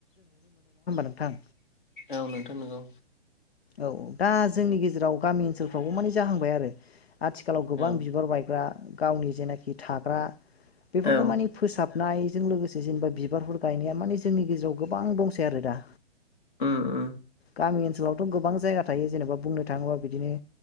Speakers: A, on the left; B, on the left.
A: नोंथां
B: औ नोंथां नंगौ
A: औ दा जोंनि गेजेराव गामि ओनसोलफ्रावबो माने जाहांबाय आरो आथिखालाव गोबां
B: औ
A: बिबार बायग्रा गावनि जेनाखि थाग्रा बेफोरखौ
B: औ
A: मानि फोसाबनायजों लोगोसे जेनेबा बिबारफोर गायनाया माने जोंनि गेजेराव गोबां दंसै आरो दा
B: ओ ओ
A: गामि ओनसोलावथ' गोबां जायगा थायो जेनेबा बुंनो थाङोबा बिदिनो